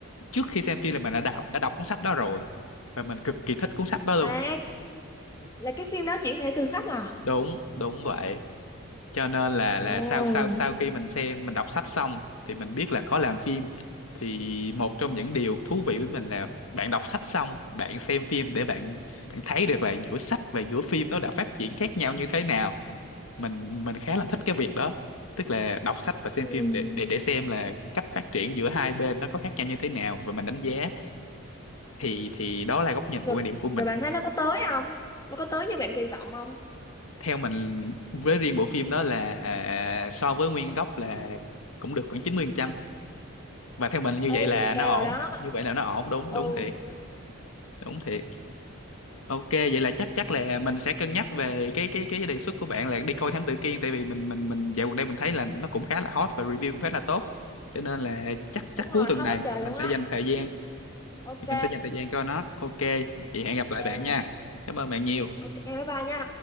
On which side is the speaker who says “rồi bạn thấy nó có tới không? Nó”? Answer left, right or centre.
Left